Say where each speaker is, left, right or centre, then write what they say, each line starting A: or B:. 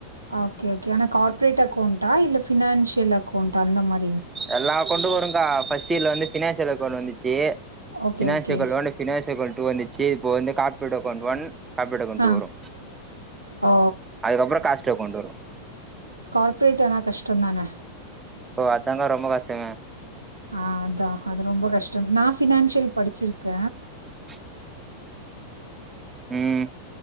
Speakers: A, on the right (about 80°); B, on the right (about 15°).
A: ஓகே ஓகே ஆனா கார்பரேட் அக்கௌண்டா இல்ல பினான்சியல் அக்கௌண்டா அந்த மாரி
B: எல்லா அக்கௌன்டு வரு கா ஃபஸ்ட் இயர்ல வந்து பினான்சியல் அக்கௌன்ட் வந்துச்சு
A: okay
B: financial
A: okay
B: account one financial account two வந்துச்சு இப்போ வந்து corporate account one corporate account
A: ஆ
B: வரு
A: ஓ
B: அதுக்கப்பற காச்ட அக்கௌன்ட் வரு
A: கார்ப்பரேட் ஆனா கஷ்டந்தான
B: ஓ அதாங்கா ரொம்ப கஷ்டங்க
A: ஆ அதா அது ரொம்ப கஷ்ட நான் ஃபினான்சியல் படிச்சிருக்க
B: எ ம்